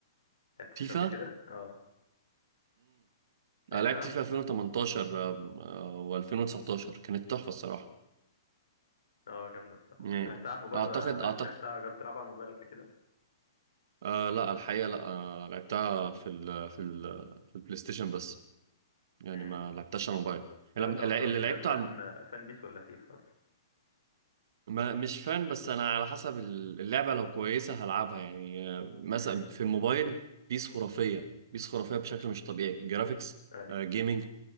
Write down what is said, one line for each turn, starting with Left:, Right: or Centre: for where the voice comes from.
Left: لعبت فيفا
Right: فيفا
Left: قبل كده اه لعبتها
Right: أنا لعبت في 2018 و2019 كانت تحفة الصراحة
Left: اه جامدة بصراحة
Right: يعني
Left: انت لعبتها على الموبايل
Right: أعتقد
Left: ولا لا-
Right: أعتقد
Left: لعبتها جربت تلعب على الموبايل قبل كده
Right: آه لا الحقيقة لا آه لعبتها في ال في ال في البلاي ستيشن بس يعني
Left: امم
Right: ما لعبتهاش على الموبايل
Left: طب
Right: يعني
Left: انت
Right: لما-
Left: اصلا
Right: الع- اللي لعبته
Left: فان
Right: على الم-
Left: فان بيس ولا فيفا اصلا
Right: ما مش فان بس أنا على حسب ال- اللعبة لو كويسة هلعبها يعني آه، مثلا
Left: امم
Right: في الموبايل بيس خرافية بيس خرافية بشكل مش طبيعي جرافيكس
Left: ايوه
Right: آه جيمنج